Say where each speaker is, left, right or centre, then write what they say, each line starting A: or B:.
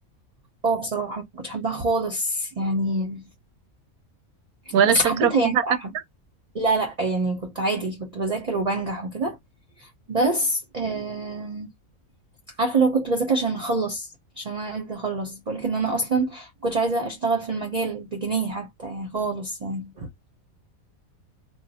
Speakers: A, on the right (about 35°); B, on the right (about 85°).
A: اه بصراحة ما كنتش حباها خالص يعني
B: ولا
A: بس
B: شاطرة
A: حبيتها
B: فيها
A: يعني بقى
B: حتى
A: حب... لا لا يعني كنت عادي كنت بذاكر وبنجح وكده بس آم، عارفة لو كنت بذاكر عشان أخلص عشان أنا عايزة أخلص بقولك إن أنا أصلا كنت عايزة أشتغل في المجال بجنيه حتى يعني خالص يعني